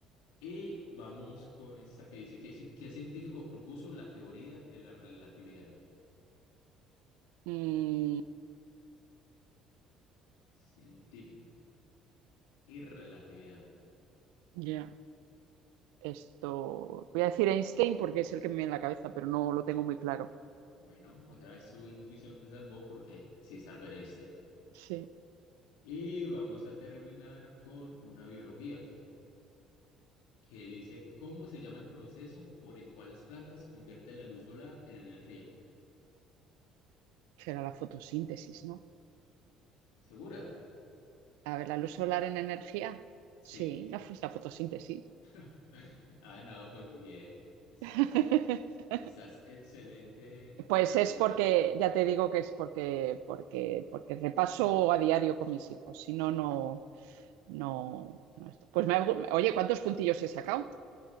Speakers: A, on the left; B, on the right.
A: Y vamos con esta que dice, ¿qué, ci- qué científico propuso la teoría de la relatividad?
B: Mm,
A: Científico y relatividad.
B: ya. Esto, voy a decir Einstein porque es el que me viene en la cabeza, pero no lo tengo muy claro.
A: Bueno, otra vez su intuición te salvó porque sí es Albert Einstein.
B: Sí.
A: Y vamos a terminar con una biología que dice, ¿cómo se llama el proceso por el cual las plantas convierten la luz solar en energía?
B: Será la fotosíntesis, ¿no?
A: ¿Segura?
B: A ver, la luz solar en energía.
A: Sí.
B: Sí, la, fo- la fotosíntesis.
A: <laughs> Ah, no, pues muy bien. Estás...
B: <laughs>
A: Estás excelente, en
B: Pues
A: realidad.
B: es porque, ya te digo que es porque, porque, porque repaso a diario con mis hijos. Si no, no, no, no esto. Pues me, ha- oye, ¿cuántos puntillos he sacado?